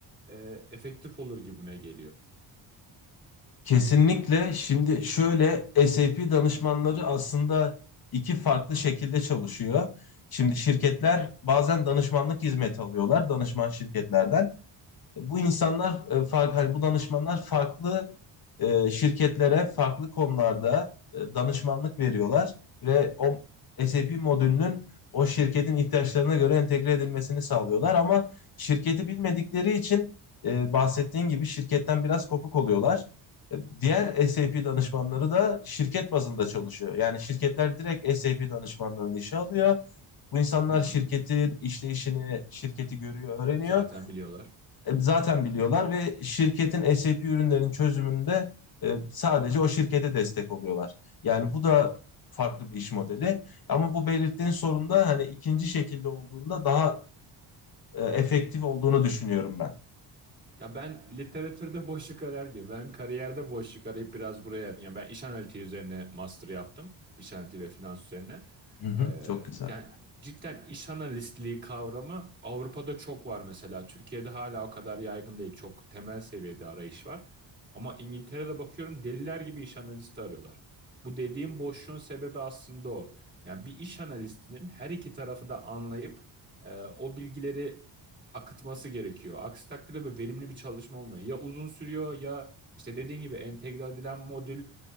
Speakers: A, on the right (about 20°); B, on the left (about 45°).
A: e, efektif olur gibime geliyor.
B: Kesinlikle. Şimdi şöyle SAP danışmanları aslında iki farklı şekilde çalışıyor. Şimdi şirketler bazen danışmanlık hizmeti alıyorlar danışman şirketlerden bu insanlar e, farklı hani bu danışmanlar farklı e, şirketlere farklı konularda e, danışmanlık veriyorlar ve o SAP modülünün o şirketin ihtiyaçlarına göre entegre edilmesini sağlıyorlar ama şirketi bilmedikleri için e, bahsettiğin gibi şirketten biraz kopuk oluyorlar. E, Diğer SAP danışmanları da şirket bazında çalışıyor. Yani şirketler direkt SAP danışmanlarını işe alıyor. Bu insanlar
A: Hı hı.
B: şirketin işleyişini, şirketi görüyor, öğreniyor
A: Zaten biliyorlar.
B: e, zaten biliyorlar ve şirketin SAP ürünlerinin çözümünde e, sadece o şirkete destek oluyorlar. Yani bu da farklı bir iş modeli. Ama bu belirttiğin sorun da hani ikinci şekilde olduğunda daha e, efektif olduğunu düşünüyorum ben.
A: Ya ben literatürde <laughs> boşluk arar gibi. Ben kariyerde boşluk arayıp biraz buraya... Yani ben iş analitiği üzerine master yaptım. İş analitiği ve finans üzerine.
B: Hı hı,
A: Ee,
B: çok güzel.
A: yani cidden iş analistliği kavramı Avrupa'da çok var mesela. Türkiye'de hala o kadar yaygın değil. Çok temel seviyede arayış var. Ama İngiltere'de bakıyorum deliler gibi iş analisti arıyorlar. Bu dediğim boşluğun sebebi aslında o. Yani bir iş analistinin her iki tarafı da anlayıp e, o bilgileri akıtması gerekiyor. Aksi takdirde böyle verimli bir çalışma olmuyor. Ya uzun sürüyor ya işte dediğin gibi entegre edilen modül